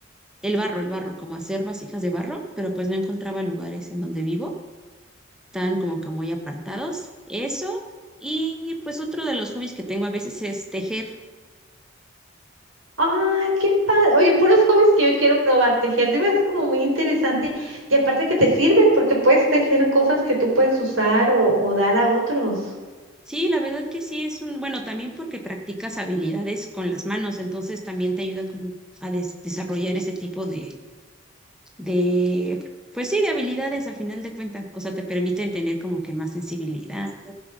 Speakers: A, in the centre; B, on the right.
A: el barro, el barro, como hacer vasijas de barro, pero pues no encontraba lugares en donde vivo, tan como que muy apartados. Eso, y pues otro de los hobbies que tengo a veces es tejer.
B: Ay, qué padre. Oye, puros hobbies que yo quiero probar. Tejer se me hace como muy interesante y aparte que te sirve porque puedes tejer cosas que tú puedes usar o, o dar a otros.
A: Sí, la verdad que sí es un, bueno, también porque practicas habilidades con las manos, entonces también te ayuda como a des- desarrollar ese tipo de de, pues sí, de habilidades al final de cuentas. O sea, te permiten tener como que más sensibilidad,